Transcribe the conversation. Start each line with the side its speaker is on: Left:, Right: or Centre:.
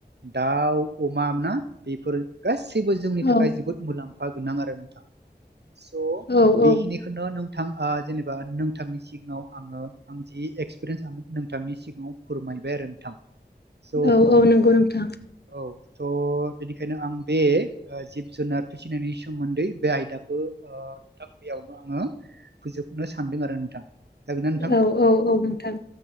Right: दाउ अमा ना बेफोर गासैब गासैबो जोंनि
Left: औ
Right: थाखाय जोबोद मुलाम्फा गोनां आरो नोंथां स
Left: औ औ
Right: बेखिनिखौनो नों! नोंथ जेनेबा नोंथांनि सिगाङाव आङो आं जि एक्सपिरियेन्स आङ नोंथांनि सिगाङाव फोरमाय बाय आरो नोंथां। स
Left: औ औ नंगौ नोंथां
Right: औ स बेनिखायनो आं बे जिब जुनार फिसिनायनि सोमोन्दै बे आयदाखौ ओ नोंथां बेयावनो आङो फोजोबनो सान्दों आरो नोंथां जागोन ना नोंथां
Left: औ औ औ नोंथां।